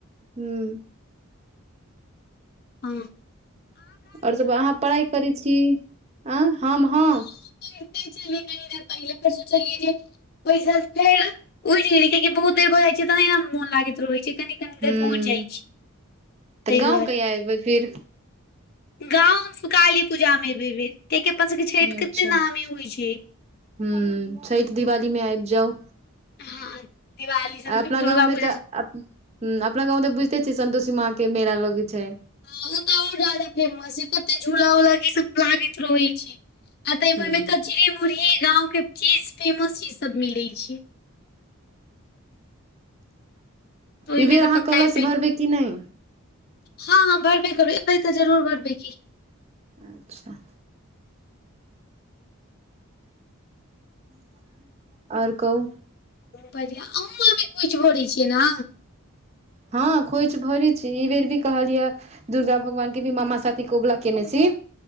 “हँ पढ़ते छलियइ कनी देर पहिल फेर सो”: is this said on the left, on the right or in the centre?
Left